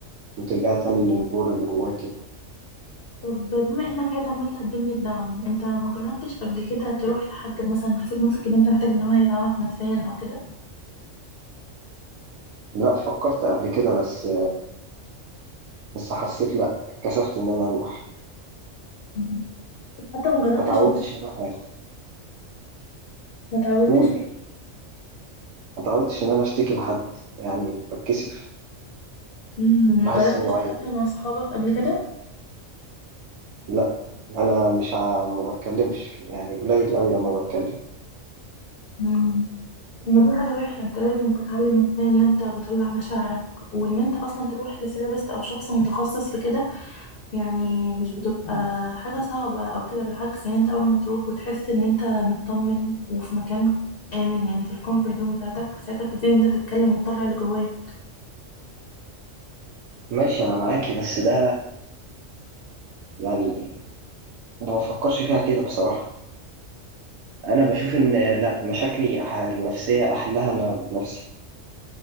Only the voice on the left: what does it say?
طب بما انك قاعد عمال تقدم لي الدعم انت ما جربتش قبل كده تروح لحد مثلا حسيت نفسك ان انت محتاج ان هو يدعمك نفسيا او كده
مم. حتى ما جربتش
إن-
ما تعودتش
فيه
مم، ما
جربتش
حتى مع صحابك قبل كده
مم. طب ما دي حاجة وحشة انت لازم تتعلم ازاي ان انت تطلع مشاعرك وان انت اصلا تروح لسيرابست او شخص متخصص في كده يعني مش بتبقى حاجة صعبة أو كده بالعكس يعني أنت أول ما تروح وتحس إن أنت مطمن وفي مكان آمن يعني في الكومفورت زون بتاعتك ساعتها بتبتدي إن أنت تتكلم وتطلع اللي جواك